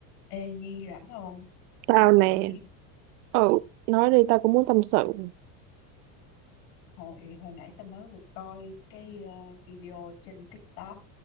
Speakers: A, on the left; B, on the right.
A: Ê Nhi rảnh không?
B: Tao
A: Tâm sự
B: nè,
A: miếng.
B: ừ, nói đi tao cũng muốn tâm sự.
A: Hồi hồi nãy tao mới vừa coi cái ờ, video trên TikTok